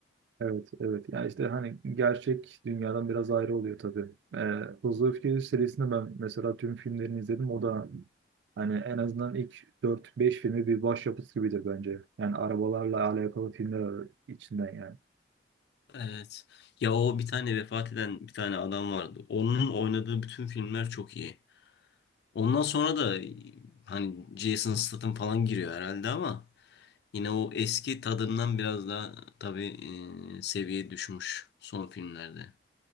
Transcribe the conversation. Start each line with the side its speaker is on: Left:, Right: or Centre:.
Right: Evet, evet. Yani işte hani gerçek dünyadan biraz ayrı oluyor tabii. Ee, Hızlı Öfke serisinde ben mesela tüm filmlerini izledim. O da hani en azından ilk dört beş filmi bir başyapıt gibidir bence. Yani arabalarla alakalı filmler ar- içinden yani.
Left: Evet. Ya o bir tane vefat eden bir tane adam vardı. Onun oynadığı bütün filmler çok iyi. Ondan sonra da hani Jason Statham falan giriyor herhalde ama Yine o eski tadından biraz daha tabii e, seviye düşmüş son filmlerde.